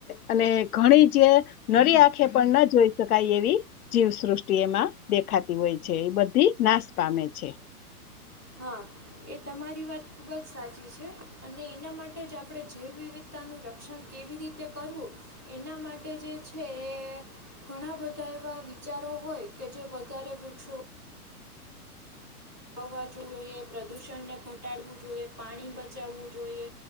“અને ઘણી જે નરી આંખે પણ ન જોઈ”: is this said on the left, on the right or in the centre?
Left